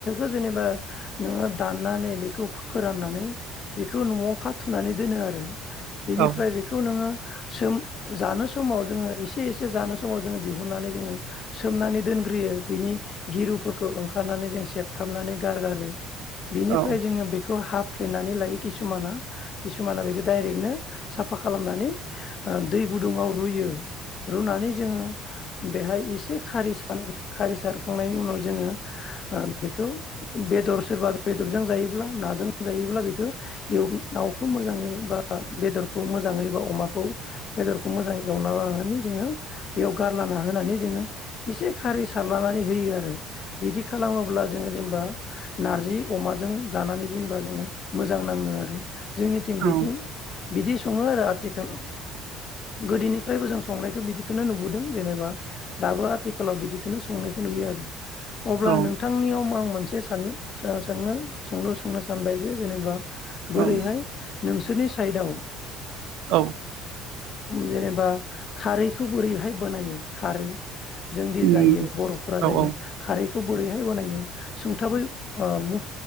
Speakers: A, on the left (about 30°); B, on the right (about 60°).
A: जेनेबा नोङो दाननानै बेखौ फोराननानै बेखौ न'आव खाथुनानै दोनो आरो बिनिफ्राय
B: औ
A: बेखौ नोङो सोम जानो समाव जोङो एसे एसे जानो समाव जोङो दिहुननानै जोङो सोमनानै दोनग्रोयो बिनि गिरुफोरखौ ओंखारनानै जों थेबथाबनानै गारगारो बिनिफ्राय
B: औ
A: जोङो बेखौ हाफ फ्लेन्नानै लायो किसुमाना किसुमाना बेखौ डाइरेक्टनो साफा खालामनानै ओ दै गुदुङाव रुयो रुनानै जोङो बेहाय एसे खारि स खारि सार थांनायनि उनाव जोङो आ बेखौ बेदर सोरबा बेदरजों जायोब्ला नाजों जायोब्ला बेखौ एव नावखौ मोजाङै बा बेदरखौ मोजाङै बा अमाखौ बेदरखौ मोजाङ एवना लानानै जोङो बेयाव गारलाना होनानै जोङो एसे खारै सारलानानै होयो आरो बिदि खालामोब्ला जों जेनेबा नारजि अमाजों जानानै जेनेबा जोङो मोजां नाङो आरो जोंनि थिं बिथिं
B: औ
A: बिदि सङो आरो आथिखालाव गोदोनिफ्रायबो जों संनायखौ बिदिखौनो नुबोदों जेनेबा दाबो आथिखालाव बिदिखौनो संनायखौ नुयो आरो अब्ला
B: औ
A: नोंथांनियाव आं मोनसे सान सों सोंलु सोंनो सानबाय जे जेनेबा बोरैहाय
B: औ
A: नोंसोरनि साइदाव
B: औ
A: जेनेबा खारैखौ बोरैहाय बानायो खारै जोंदि
B: उम
A: जायो बर'फोरा
B: औ
A: जायो
B: औ
A: खारैखौ बोरै न बलायो <unintelligible> सुंथाबै ओ बुं